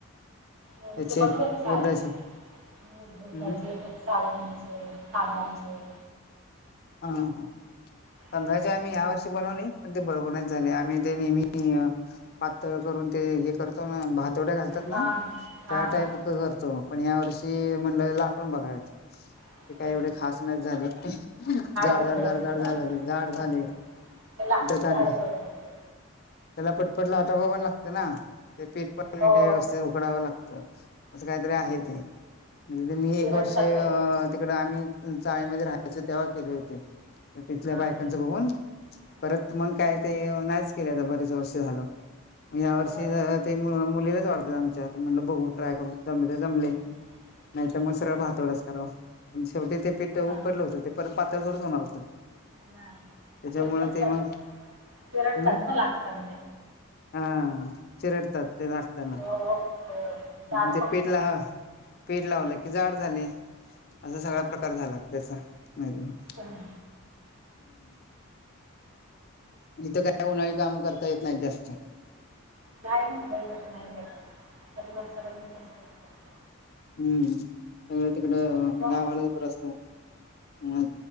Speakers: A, on the right; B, on the left.
A: हो
B: त्याचे
A: ते बनवल का सात.
B: उडदाचे
A: मुग-उडदाचं,
B: हम्म
A: साबुदाण्याचं, तांदळाचे.
B: हा, हा. तांदळाचे
A: हम्म.
B: आम्ही या वर्षी बनवले, पण ते बरोबर नाहीच झाले. आम्ही ते नेहमी पातळ करून ते हे करतों ना, भातोड्या घालतात
A: हा
B: ना,
A: हा
B: त्या
A: हा.
B: टाईप करतो. पण ह्या वर्षी म्हणल, लाटून बघावेत.
A: हम्म.
B: ते काय एवढे खास नाही झाले. <unintelligible> जाड,
A: झाले
B: जाड,
A: असतील
B: जाड, जाड
A: ना?
B: झाले, जाड
A: हा.
B: झाले.
A: ते लाटून
B: न त्यात आणखी,
A: जाडच असतात ते.
B: त्याला पटपट लाट व पणं लागत ना, ते पीठ पण
A: हो.
B: नीट, व्यवस्थित उकडावं लागतं. असं
A: हम्म.
B: कांहीतरी आहे ते म्हणजे मी
A: चिरडतात
B: एक वर्ष अ
A: नाहीतर.
B: तिकडं आम्हीं चाळींमध्ये रहायचो तेव्हा केले होतें तिथल्या
A: हा हा.
B: बायकांच बघून
A: हम्म.
B: परत मंग काय ते नाहींच केलें आता बरेच वर्ष झालंय या वर्षी
A: होय.
B: ते मुलीलाच वाढतात आमच्या म्हणू बघू ट्राय करून जमले जमले
A: हम्म.
B: मंग
A: हा
B: नाही तर
A: हा.
B: भातोडयाच कराव शेवटीं ते पीठ उकडलं
A: हा.
B: होतं ते परत पातळ थोडीच होणारं होतं
A: नाही
B: त्याच्यामुळे
A: चिरळता
B: ते मग
A: चिरळतात
B: हम्म
A: ना मंग लागताते
B: हा चिरडतात ते लावतांना
A: अ, अ, जाड
B: म्हणजे
A: पण होतात
B: पीठ ला
A: ते.
B: पीठ लावल की जाड झाले. असा सगळा प्रकार झाला त्यांचा हम्म
A: हं.
B: इथं काय उन्हाळी काम करता येतं नाहीत जास्तं
A: नाहीं मुंबई मध्यें नाहीं करत मीठच करतो आपला.
B: हम्म.... आत तिकडं
A: किंवा
B: गावाला बरा असतों मंग